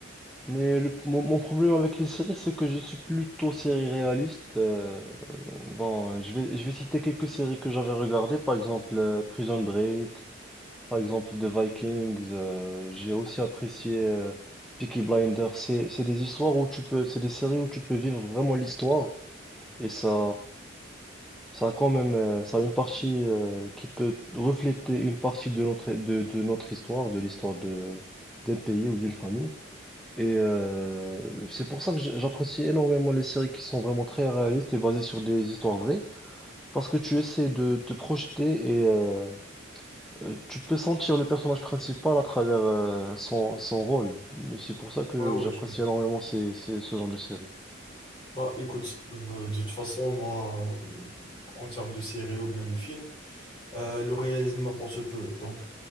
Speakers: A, in the centre; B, on the left.
A: Mais le- mon, mon problème avec les séries, c'est que je suis plutôt série réaliste. euh, Bon, euh, je vais, je vais citer quelques séries que j'avais regardées, par exemple euh, Prison Break, Par exemple, The Vikings, euh, j'ai aussi apprécié euh, Peaky Blinders. C'est, c'est des histoires où tu peux, c'est des séries où tu peux vivre vraiment l'histoire et ça, ça a quand même, euh, ça a une partie euh, qui peut refléter une partie de notre, de, de notre histoire, de l'histoire de, d'un pays ou d'une famille. Et euh, c'est pour ça que j'- j'apprécie énormément les séries qui sont vraiment très réalistes et basées sur des histoires vraies, parce que tu essaies de te projeter et euh, euh, tu peux sentir le personnage principal à travers euh, son, son rôle. Et C'est pour ça que
B: Ouais, ouais,
A: j'apprécie
B: je
A: énormément ces, ces- ce genre de série.
B: Bah écoute, euh, de toute façon, moi, euh, en termes de série ou bien de film, euh, le réalisme m'apporte peu. Donc,